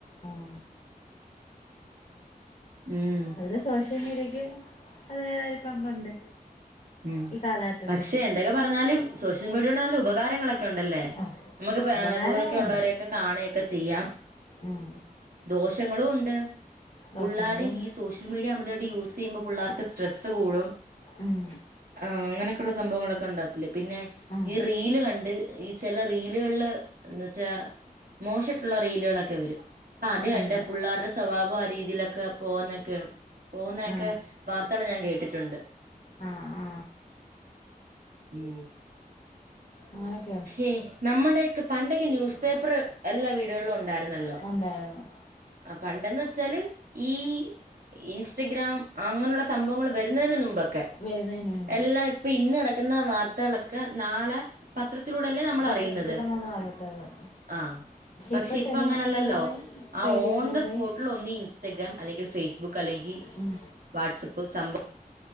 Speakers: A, on the left; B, on the right.
A: ഉം
B: ഉം
A: അതിൽ സോഷ്യൽ മീഡിയക്ക് അതിന്റേതായൊരു പങ്കുണ്ട്.
B: ഉം
A: ഈ കാലഘട്ടത്തിൽ
B: പക്ഷെ എന്തൊക്കെ പറഞ്ഞാലും സോഷ്യൽ മീഡിയോണ്ട് നല്ല ഉപകാരങ്ങളൊക്കെ ഒണ്ടല്ലേ
A: ആ
B: നമുക്ക് ഇപ്പ
A: ഉപകാരങ്ങളുണ്ട്
B: ഏഹ് ദൂരൊക്കെ ഒള്ളവരെയൊക്കെ കാണുയൊക്കെ ചെയ്യാം
A: ഉം
B: ദോഷങ്ങളുണ്ട്
A: ദോഷങ്ങളും
B: പുള്ളാര്
A: ഉണ്ട്
B: ഈ സോഷ്യ സോഷ്യൽ മീഡിയ അമിതായിട്ട് യൂസ്യ്യുമ്പ പിള്ളേർക്ക് സ്‌ട്രെസ് കൂടും
A: ഉം
B: ആഹ്‌ അങ്ങനൊക്കൊള്ള സംഭവങ്ങളൊക്കെണ്ടതില് പിന്നെ
A: ഉം
B: ഈ റീല് കണ്ട് ഈ ചെല റീലുകളില് എന്ന് ച്ചാ മോശട്ടുള്ള റീലുകളൊക്കെ വരും അപ്പ അത് കണ്ട്
A: ഉണ്ട്
B: പുള്ളാരുടെ സ്വഭാവം ആ രീതീലക്ക പോന്നൊക്കെ പോന്നൊക്കെ
A: ആ
B: വാർത്തകൾ ഞാൻ കേട്ടിട്ടുണ്ട്.
A: ആ ആ
B: ഉം
A: അങ്ങനെക്കെ
B: ഹ് നമ്മുടെക്കെ പണ്ടൊക്കെ ന്യൂസ് പേപ്പർ എല്ലാ വീടുകളിലും ഉണ്ടായിരുന്നല്ലോ
A: ഉണ്ടായിരുന്നു
B: ആഹ് പണ്ടെന്ന് വെച്ചാല് ഈ ഇൻസ്റ്റഗ്രാം അങ്ങനെയുള്ള സംഭവങ്ങൾ വരുന്നേന് നുമ്പ് ക്കെ
A: വരുന്നതിന് മുമ്പ്
B: എല്ലാം ഇപ്പൊ ഇന്ന് നടക്കുന്ന വാർത്തകളൊക്കെ നാളെ പത്രത്തിലൂടെല്ലേ നമ്മൾ
A: പത്രത്തിലൂടെ
B: അറിയുന്നത്
A: നമ്മൾ അറിയത്തുള്ളൂ
B: ആഹ് പക്ഷെ
A: ഇപ്പം
B: ഇപ്പൊ
A: ടെലിവിഷനിലൂടെയും
B: അങ്ങനല്ലല്ലോ അ ആ
A: റേഡിയോയിലൂടെയും
B: ഓൺ ദ സ്പോട്ടിൽ ഒന്ന് ഇൻസ്റ്റഗ്രാം അല്ലെങ്കി ഫേസ്ബുക്ക് അല്ലെങ്കി
A: ഉം
B: വാട്സ്ആപ്പ് സംഭ